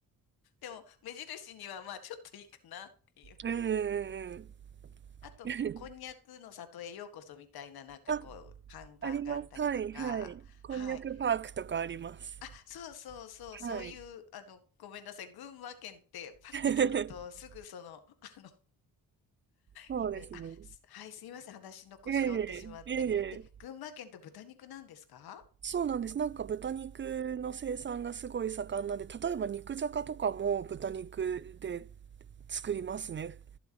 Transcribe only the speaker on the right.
うんうん。
<laughs>
あ、
あります。はいはい。こんにゃくパークとかあります。
はい。
<laughs>
そうですね。
ええええ
そうなんです。なんか豚肉の生産がすごい盛んなんで、例えば肉じゃがとかも豚肉で作りますね。